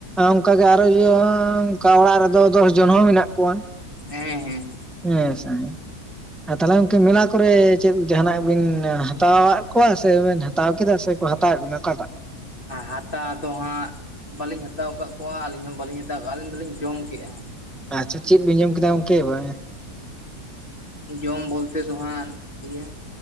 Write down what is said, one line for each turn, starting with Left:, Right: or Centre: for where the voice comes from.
Centre: ᱚᱱᱠᱟᱜ ᱜᱮ ᱟᱨᱚ ᱚᱱᱠᱟ ᱚᱲᱟᱜ ᱨᱮᱫᱚ ᱫᱚᱥ ᱡᱚᱱ ᱦᱚᱸ ᱢᱮᱱᱟᱜ ᱠᱚᱣᱟ᱾
Left: ᱦᱮᱸ ᱦᱮᱸ
Centre: ᱦᱮᱸ ᱥᱟᱦᱮᱸ ᱟᱨ ᱛᱟᱦᱚᱞᱮ ᱜᱚᱝᱠᱮ ᱢᱮᱞᱟ ᱠᱚᱨᱮ ᱪᱮᱫ ᱡᱟᱦᱟᱱᱟᱜ ᱵᱤᱱ ᱦᱟᱛᱟᱣᱫ ᱠᱚᱣᱟ ᱥᱮᱵᱤᱱ ᱦᱟ? ᱦᱟᱛᱟᱣ ᱠᱮᱫᱟ ᱥᱮᱠᱚ ᱦᱟᱛᱟᱣᱮᱫ ᱵᱮᱱᱟ ᱚᱠᱟᱴᱟᱜ?
Left: ᱦᱟᱛᱟᱣ ᱫᱚ ᱦᱟᱸᱜ ᱵᱟᱹᱞᱤᱧ ᱦᱟᱛᱟᱣ ᱟᱠᱟᱫ ᱠᱚᱣᱟ ᱟᱹᱞᱤᱧ ᱦᱚᱸ ᱵᱟᱹᱞᱤᱧ ᱦᱟᱛᱟᱣ ᱠᱟᱜ-ᱟ ᱟᱹᱞᱤᱧ ᱫᱚᱞᱤᱧ ᱡᱚᱢ ᱠᱮᱜ-ᱟ ᱡᱚᱸ
Centre: ᱟᱪᱷᱟ ᱪᱮᱫ ᱵᱤᱱ ᱡᱚᱢ ᱠᱮᱫᱟ ᱜᱚᱝᱠᱮ ᱮᱸ?
Left: ᱡᱚᱢ ᱵᱚᱞᱛᱮ ᱫᱚᱦᱟᱸ ᱤᱭᱟᱹ